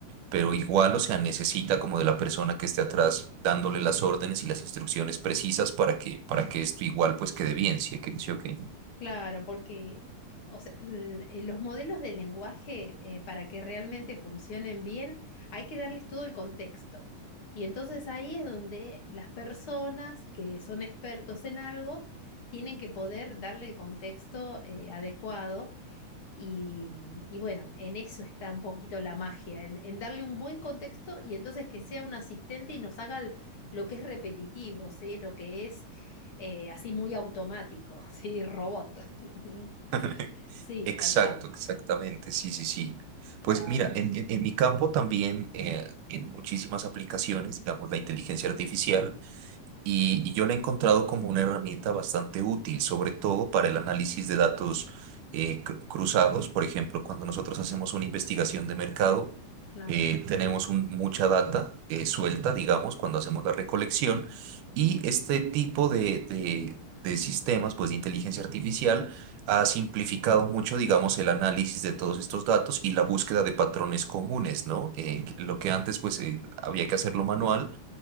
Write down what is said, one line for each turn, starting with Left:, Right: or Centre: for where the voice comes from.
Right: pero igual, o sea, necesita como de la persona que esté atrás dándole las órdenes y las instrucciones precisas para que, para que esto igual pues quede bien, ¿sí? o qué? ¿Sí o qué?
Left: Claro, porque o sea, l- eh, los modelos de lenguaje, eh, para que realmente funcionen bien, hay que darles todo el contexto. Y entonces ahí es donde las personas que son expertos en algo tienen que poder darle el contexto, eh, adecuado y, y bueno, en eso está un poquito la magia, en, en darle un buen contexto y entonces que sea un asistente y nos haga l- lo que es repetitivo, ¿sí? Lo que es eh, así muy automático, <laughs> ¿sí? Robot. <laughs>
Right: <laughs>
Left: Sí,
Right: Exacto,
Left: tal cual.
Right: exactamente, sí, sí, sí.
Left: Claro,
Right: Pues mira, en, en- en mi campo también, eh, en muchísimas aplicaciones, digamos, la inteligencia artificial y y yo la he encontrado como una herramienta bastante útil, sobre todo para el análisis de datos eh, cru- cruzados. Por ejemplo, cuando nosotros hacemos una investigación de mercado,
Left: claro,
Right: eh, tenemos un- mucha data eh, suelta, digamos, cuando hacemos la recolección. Y este tipo de, de- de sistemas, pues de inteligencia artificial, ha simplificado mucho, digamos, el análisis de todos estos datos y la búsqueda de patrones comunes, ¿no? Eh, lo que antes, pues, eh, había que hacerlo manual